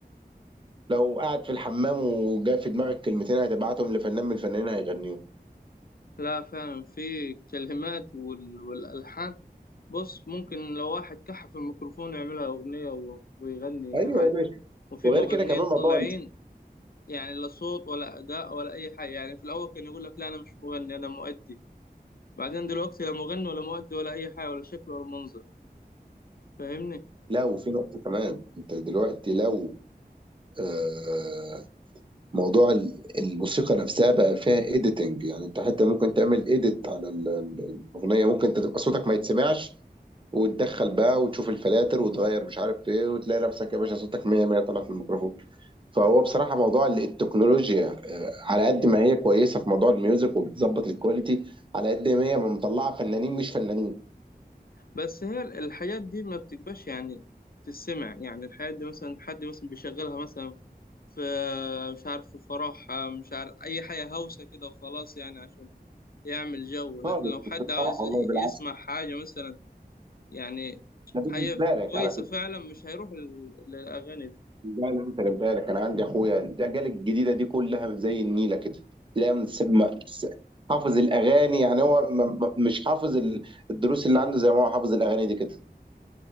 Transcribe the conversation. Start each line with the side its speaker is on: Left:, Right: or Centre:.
Right: لو قاعد في الحمام وجا في دماغك كلمتين هتبعتهم لفنان من الفنانين هيغنيهم
Left: لا فعلا في كلمات وال- والألحان بص ممكن لو واحد كحف الميكروفون يعملها أغنية و- ويغني
Right: ايوه
Left: عادي
Right: يا باشا
Left: وفي
Right: وغير
Left: مغنيين
Right: كده كمان
Left: طالعين
Right: موضوع ال-
Left: يعني لا صوت ولا أداء ولا أي حاجة يعني في الأول كان يقول لك لا أنا مش مغني أنا مؤدي بعدين دلوقتي لا مغني ولا مؤدي ولا أي حاجة ولا شكل ولا منظر فاهمني؟
Right: لو في نقطة كمان انت دلوقتي لو آه موضوع ال- الموسيقى نفسها بقى فيها اديتنج يعني انت حتى ممكن تعمل اديت على ال- ال- الاغنية ممكن انت تبقى صوتك ما يتسمعش وتدخل بقى وتشوف الفلاتر وتغير مش عارف ايه وتلاقي نفسك يا باشا صوتك 100 100 طالع في الميكروفون فهو بصراحه موضوع التكنولوجيا آه، على قد ما هي كويسه في موضوع الميوزك وبتظبط الكواليتي على قد ما هي مطلعه فنانين مش فنانين
Left: بس هي الحاجات دي ما بتبقاش يعني تسمع يعني الحاجات دي مثلا حد مثلا بيشغلها مثلا في مش عارف في فرح مش عارف أي حاجة هوسة كده وخلاص يعني عشان يعمل جو لكن
Right: خالص
Left: لو حد
Right: كنت
Left: عاوز
Right: فرح والله بالعكس
Left: يسمع حاجة مثلا يعني
Right: ده بالنسبه
Left: حاجة
Right: لك
Left: كويسة
Right: على فكره
Left: فعلا مش هيروح لل- للأغاني دي
Right: لا لا انت اللي بالك انا عندي اخويا الاجيال الجديده دي كلها زي النيله كده لا مس- ما- مس- حافظ الاغاني يعني هو م- م- مش حافظ ال- الدروس اللي عنده زي ما هو حافظ الاغاني دي كده